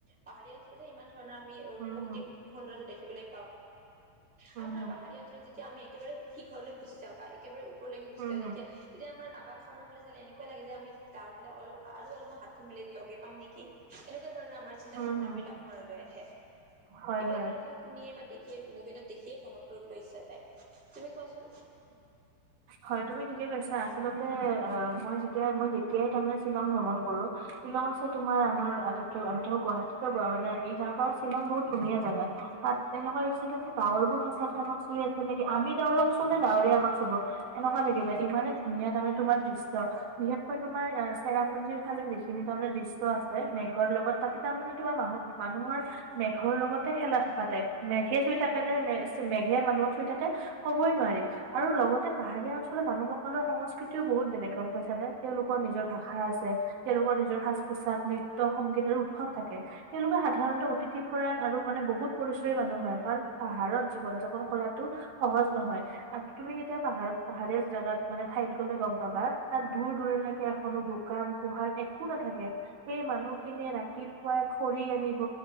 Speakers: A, in the centre; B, on the right.
A: পাহাৰীয়া অঞ্চলতে ইমান ধৰণৰ আমি অঁ
B: উম
A: প্ৰকৃতিক-
B: উম
A: সৌন্দৰ্য দেখিবলৈ পাওঁ
B: উম
A: আৰু ধৰা
B: উম
A: পাহাৰী অঞ্চলত যেতিয়া আমি একেবাৰে সি ঘৰলৈ গুচি - যাওঁ বা একেবাৰে ওপৰলৈকে গুচি
B: উম
A: যাওঁ তেতি
B: উম
A: তেতিয়া আমাৰ- আকাশখনৰ ফালে চালে এনেকুৱা লাগে যে আমি ডাৱৰবিলাক অলপ আৰু অলপমান হাত খন মিলাই দিলে লগে পাম নেকি? এনেকুৱা ধৰণৰ চিন্তা
B: উম
A: ধাৰণা
B: উম
A: বিলাক মনলৈ আহে।
B: হয়
A: এইবিলাকৰ
B: হয়
A: কথাও শুনিয়ে বা দেখিয়ে মোবাইলত দেখি- ভ্ৰমণ কৰিবলৈ ইচ্ছা যায়। তুমি কোৱাচোন?
B: হয়ঁ তুমি ঠিকে কৈছা আচলতে অঁ মই যেতিয়া মই যেতিয়াই তাৰমানে শ্বিলং ভ্ৰমণ কৰো। শ্বিলং হৈছে তোমাৰ আমাৰ আটাইতকৈ আমি থাকো গুৱাহাটীতে মানে এই গাঁওখন শ্বিলং বহুত ধুনীয়া জেগা। তাত তেনেকুৱা পিছতে গাৱৰবোৰ সঁচাকৈ আমাক- তুই আছে নেকি আমি দেৰক চুন নে ডাৱৰে আমাক চুব এনেকুৱা লাগিলে ইমানে, ধুনিয় তাৰমানে তোমাৰ দৃশ্য। বিশেষকৈ তোমাৰ চেৰা পু্জিৰ ফালে যিখিনি তাৰমানে দৃশ্য আছে মেঘৰ লগত তাতে তাৰমানে তোমাৰ মাহত- মানুহৰ মেঘৰ লগতে খেলা থকাতোই মেঘে চুই থাকে নে মেঘ- সে মানুহক চুই থাকে ক'বই নোৱাৰি। আৰু লগতে পাহাৰীয়া অঞ্চলৰ মানুহসকলৰ সংস্কৃতিও বহুত বেলেগ গম পাইছা নে, তেওঁলোকৰ নিজৰ ভাষা আছে। তেওঁলোকৰ নিজৰ সাজ পোছাক, নৃত্য সংগীত আৰু উৎসৱ থাকে। তেওঁলোকে সাধাৰণতে অতিথি ফৰাত আৰু মানে বহুত পৰিচয়ী মানুহ হয়, কাৰণ পাহাৰত জীৱন যা পন কৰাতো সহজ নহয়। তুমি যেতিয়া পাহাৰত পাহাৰীয়া জোগাত মানে ঠাইত গ'লে গম পাবা তাত দূৰ দূৰলৈকে এখনো দোকান পহাৰ একো নাথাকে। সেই মানুহ খিনিয়ে ৰাতিপুৱাই খৰি আনিব